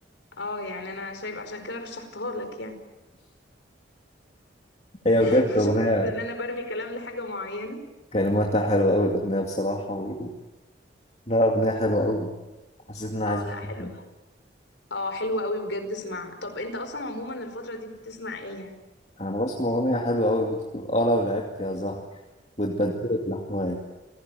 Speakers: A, on the left; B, on the left.
A: اه يعني انا شايف عشان كده رشحتها لك يعني
B: هي
A: <laughs>
B: بجد
A: مش
B: اغنيه
A: حاسه ان انا برمي كلام لحاجه معينه
B: كلماتها حلوه قوي الاغنيه بصراحه و... لا اغنيه حلوه قوي حسيت ان انا
A: اه
B: عايز أسمعها.
A: لا حلو اه حلو قوي بجد اسمع طب انت اصلا عموما الفتره دي بتسمع ايه يعني
B: انا بسمع اغنيه حلوه قوي بتقول اه لو لعبت يا زهر واتبدلت لحواك